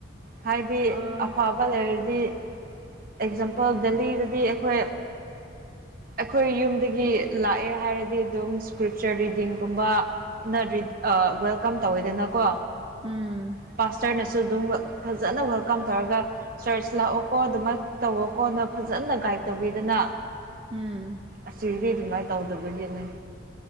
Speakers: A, on the right (about 50°); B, on the right (about 30°).
A: ꯍꯥꯏꯗꯤ
B: ꯑꯥ
A: ꯑꯐ ꯕ ꯂꯩꯔꯗꯤ ꯑꯦꯛꯖꯥꯝꯄꯜ ꯗꯦꯜꯂꯤꯗꯗꯤ ꯑꯩꯈꯣꯏ
B: ꯎꯝ ꯑꯣ
A: ꯑꯩꯈꯣꯏ ꯌꯨꯝꯗꯒꯤ ꯂꯥꯛꯑꯦ ꯍꯥꯏꯔꯗꯤ ꯑꯗꯨꯝ ꯏꯁꯀ꯭ꯔꯤꯞꯆꯔ ꯔꯤꯗꯤꯡꯒꯨꯝꯕ ꯅꯠꯔꯤꯠ ꯑ ꯋꯦꯜꯀꯝ ꯇꯧꯋꯦꯗꯅꯀꯣ
B: ꯎꯝ
A: ꯄꯥꯁꯇꯔꯅꯁꯨ ꯑꯗꯨꯝ ꯋꯦꯜ ꯐꯖꯅ ꯋꯦꯜꯀꯝ ꯇꯧꯔꯒ ꯆꯔꯆ ꯂꯥꯛꯑꯣꯀꯣ ꯑꯗꯨꯃꯥꯏ ꯇꯧꯋꯣꯀꯣ ꯅ ꯐꯖꯅ ꯒꯥꯏꯗ ꯇꯧꯕꯤꯗꯅ
B: ꯎꯝ
A: ꯑꯁꯤꯗꯤ ꯑꯗꯨꯃꯥꯏ ꯇꯧꯗꯕꯒꯤꯅꯦ